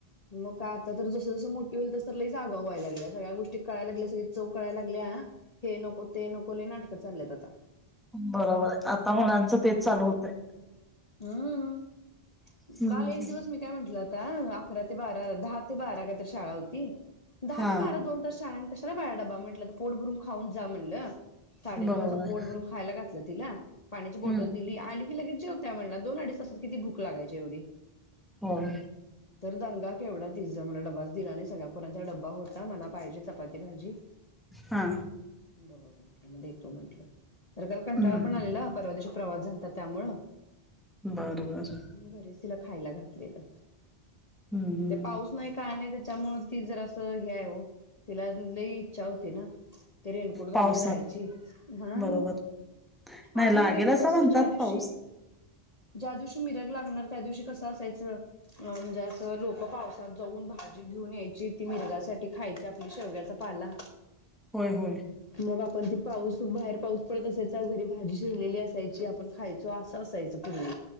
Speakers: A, on the left; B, in the centre.
A: मग काय आता, तर जसं -जसं मोठी होईल तस तर लईच आगाऊ व्हायला लागली सगळ्या गोष्टी कळाय लागल्या. सगळी चव कळायला लागली. आहे हे नको ते नको, लय नाटकं चालत आता
B: बरोबर आता मुलांचं तेच चालू होतय
A: हम
B: हम्म
A: काल एक दिवस मी काय म्हटलं अकरा ते बारा, दहा ते बारा काही तर शाळा होती दहा
B: हा
A: ते बारा दोन तास शाळा होती कशाला बाळा डबा म्हटलं, पोट भरून खऊन जा म्हटलं साडे
B: बरोबर
A: नऊ वाजता
B: आहे
A: पोट भरून खायला घातलं तिला पाणीची बॉटल
B: हम्म
A: दिली आली लगेच जेवते म्हटलं, दोन अडीच तासात किती भूक लागयची जेवढे
B: होय
A: <unintelligible> तर दंगा केवढा तीज मला डबाच दिला आणि सगळ्या पोरांचा डबा होता मला पायजे चपाती भाजी
B: हा
A: बरं म म देतो म्हंटलं आग त्याला कंटाळा
B: हम्म
A: पण आलेला परवा दिवशी प्रवास झालता त्यामुंळे
B: बर बर
A: मी घरीच तिला खायला घातलेलं
B: हम्म हम्म
A: ते पाऊस नाही काय नाही त्या मुळच ती जरास हे हाय ओ तिला आजुन लई इच्छा होती ना ते रेनकोट घालून
B: पावसात
A: जायची हा
B: बरोबर नाही
A: आधी
B: लागेल
A: बघा कि
B: असं
A: कसं
B: म्हणतात
A: ज्या दिवशी
B: पाऊस
A: ज्या दिवशी मिराग लाग गणार त्या दिवशी कसं असायचं अ म्हणजे असं लोक पावसात जाऊन भाजी घेऊन यायची ती मिरगासाठी खायची आपली शेवग्याचा पाला
B: होय होय
A: मग आपण ती पाऊस बाहेर पाऊस पडत असायचा घरी भाजी शिजलेली असायची आपण खायचो असं असायचं पूर्वी